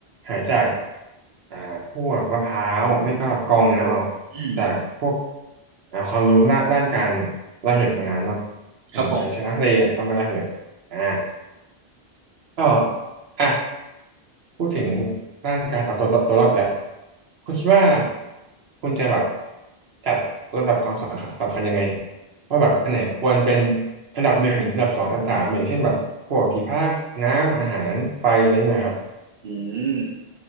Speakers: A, on the right; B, on the right.
A: หาจากอ่าพวกมะพร้าวไม่ก็กรองน้ำเอา
B: อืม
A: จากพวกอ่าความรู้ละด้านการระเหิดของน้ำเนาะอืมอาจจะชนะทะเลเอามาระเหิดอ่า
B: ครับผม
A: ก็อ่ะ พูดถึงด้านการเอาตัวตัวรอดแหละคุณคิดว่าคุณจะแบบจัดลำดับความสำคัญสำคัญยังไงว่าแบบอันไหนควรเป็นอันดับหนึ่งอันดับสองอันดับสามอย่างเช่นแบบพวกที่พักน้ำอาหารไฟอะไรอย่างเงี้ยครับ
B: อืม